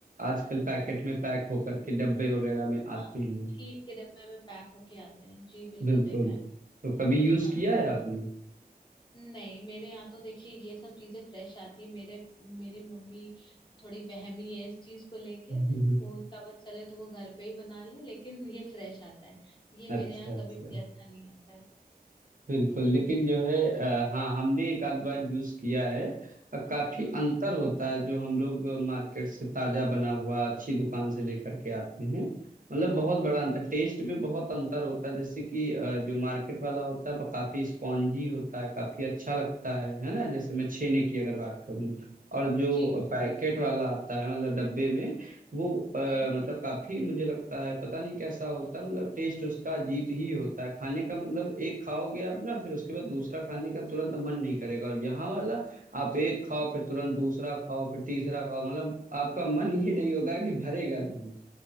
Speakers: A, on the right (about 55°); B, on the left (about 30°).
A: आजकल पैकेट में पैक होकर के डब्बे वगैरह में आते
B: हाँ हाँ,
A: हैं
B: टीन के डब्बे में पैक होके आते हैं जी बिल्कुल
A: बिल्कुल
B: देखा है
A: तो कभी यूज
B: हाँ
A: किया है आपने
B: नहीं मेरे यहाँ तो देखिए ये सब चीजें फ्रेश आती है मेरे मेरी मम्मी थोड़ी वहमी है इस चीज को लेके
A: <laughs>
B: वो उनका बस चले तो वो घर पे ही बना ले लेकिन <laughs> ये फ्रेश आता है ये
A: अच्छा
B: मेरे यहाँ
A: अच्छा
B: कभी भी ऐसा नहीं आता है
A: बिल्कुल लेकिन जो है आ,
B: हाँ,
A: हाँ हमने एक आध बार यूज किया है अ, काफी
B: हम्म
A: अंतर होता है जो हम लोग मार्केट से ताजा बना हुआ अच्छी दुकान से लेकर के आते हैं मतलब
B: हाँ
A: बहुत
B: हाँ
A: बड़ा अंतर टेस्ट में बहुत अंतर होता है जैसे कि अ, जो मार्केट वाला होता है वो काफी स्पॉन्जी होता है काफी अच्छा लगता है है ना जैसे मैं छेने की अगर बात करूँ और जो
B: जी
A: पैकेट वाला आता है मतलब डब्बे में वो अ,
B: हम्म
A: मतलब काफी मुझे लगता है पता नहीं कैसा होता है मतलब टेस्ट उसका अजीब ही होता है खाने का मतलब एक खाओगे आप ना फिर उसके बाद दूसरा खाने का तुरंत मन नहीं करेगा और यहाँ वाला आप एक खाओ
B: हम्म।
A: फिर तुरंत दूसरा खाओ फिर तीसरा खाओ मतलब आपका मन <laughs> ये नहीं होगा कि भरेगा नहीं